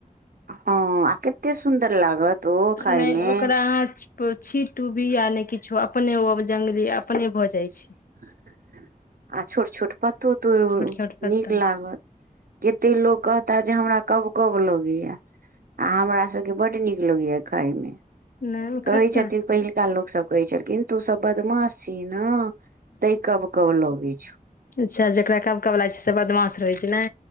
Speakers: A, on the right; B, on the left.
A: हँ आ कतेक सुन्दर लागत ओ खाय
B: नहि
A: मे
B: ओकरा अहाँ पो छीटु बीया ने किछो अपने ओ जंगली अपने भ जाय छै
A: <inaudible> आ छोट छोट पतो तो
B: छोट छोट पत्ता
A: नीक लागत कते लोकोग कहता जे हमरा कब कब लगैया आ हमरा सबके बड नीक लगेया खाय मे
B: नहि
A: कहै
B: खट्टा
A: छथिन
B: हूँ
A: पहिलका लोकसभ कहैत छलखिन तू सब बदमाश छी ने तै कब कब लगै छ
B: अच्छा जकरा कब कब लाग छै से बदमाश रहै छै ने